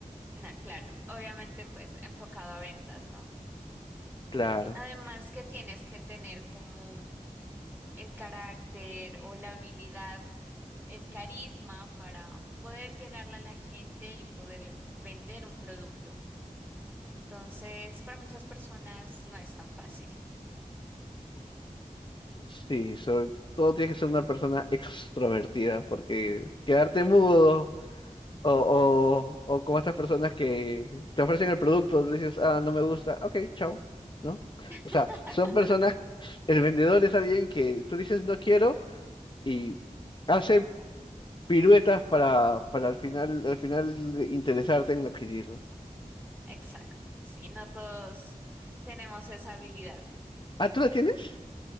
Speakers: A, on the right; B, on the left.
A: No, claro, obviamente pues enfocado a ventas, ¿no?
B: Claro.
A: Además que tienes que tener como el carácter o la habilidad, el carisma para poder llegarle a la gente y poder vender un producto. Entonces, para muchas personas no es tan fácil.
B: Sí, sobre todo tienes que ser una persona extrovertida, porque quedarte mudo o, o, o como estas personas que te ofrecen el producto, le dices, ah, no me gusta, ok, chao, ¿no? O sea,
A: <laughs>
B: son personas, el vendedor es alguien que tú dices no quiero y hace piruetas para, para al final, al final de interesarte en adquirirlo.
A: Exacto. Sí, no todos tenemos esa habilidad.
B: Ah, ¿tú la tienes?